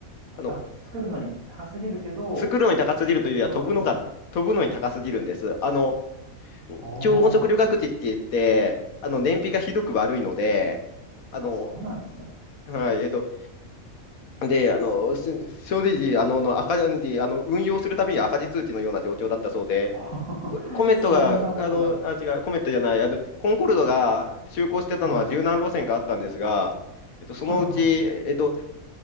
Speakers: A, on the left; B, on the right.
A: あの、
B: あ、作るのに高すぎるけど、
A: 作るのに高すぎるというよりは、
B: 元が取れない。
A: 飛ぶのが、飛ぶのに高すぎるんです。あの、
B: おー。
A: 超音速旅客機って言って、あの、燃費がひどく悪いので、あの、
B: あ、そうなんですね。
A: はい、えっと、で、あの、す正直、あの、の赤字、あの、運用するたびに赤字通知のような状況だったそうで、
B: おー
A: ココメットが、
B: <laughs> そんなことが。
A: あの、あ、違う、コメットじゃない、あの、コンコルドが就航してたのは十何路線かあったんですが、
B: はい。
A: えっと、そのうち、
B: はいはいは
A: えっと、